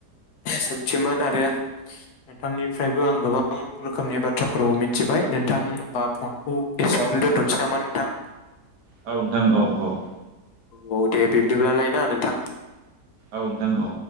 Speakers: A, on the left; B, on the right.
A: सोंथिमोन आरो नोंथांनिफ्रायबो आं गोबां रोखोमनि बाथ्राफोरखौ मिथिबाय नोंथांबा फनखौ एसेयावनो दोन थनोसै नामा नोंथां
B: औ नोंथां औ - औ
A: औ दे बिब्दिब्लालाय ना नोंथां
B: औ नोंथां औ